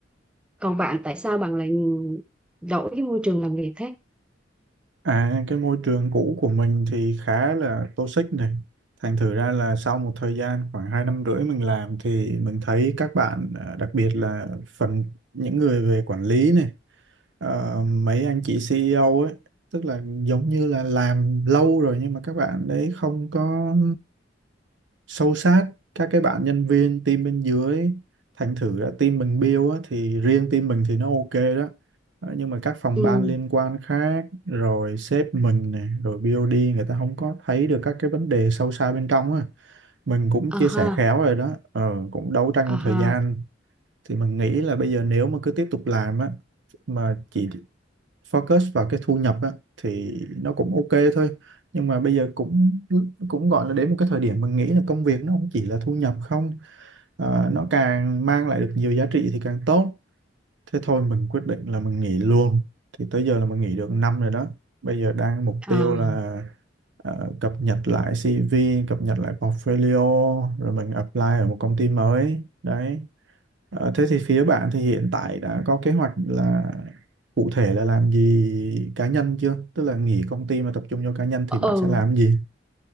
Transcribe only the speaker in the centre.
còn bạn tại sao bạn lại đổi cái môi trường làm việc thế
ừ
à
ha
à
ha
à
ừ